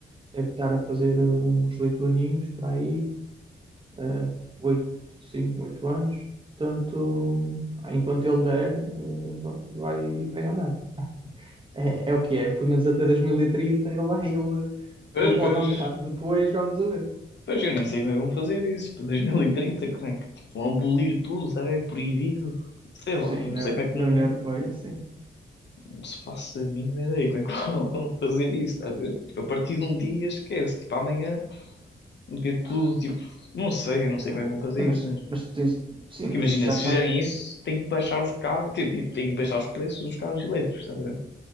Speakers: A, on the right (about 25°); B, on the left (about 65°).
A: deve estar a fazer eh, uns oito aninhos para aí eh, oito, sim, oito anos. Portanto, ah, enquanto ele der, eh, vai, vai andar. É, é o que é, pelo menos até 2030 ele vai, ele,
B: Pois,
A: ele pode
B: pois.
A: andar. Depois vamos a ver.
B: Pois eu nem sei como é que vão fazer isso. Tipo, 2030, como é que tipo, vão abolir tudo, sabe? É proibido. Sei lá,
A: Sim,
B: não
A: na,
B: sei como é
A: na
B: que não,
A: União Europeia, sim.
B: não se faça a mínima ideia como é que <laughs> vão fazer isso, estás a ver? Tipo, a partir de um dia esquece, tipo, amanhã meter tudo,
A: Ah,
B: tipo, não sei, eu não sei como é que vão fazer
A: sim, mas,
B: isso mesmo.
A: mas tens- sim,
B: Porque
A: mas
B: imagina,
A: isto já
B: se
A: está
B: fizerem isso, tem que baixar os carros, tipo, tipo, tem que baixar os preços dos carros elétricos, estás a ver?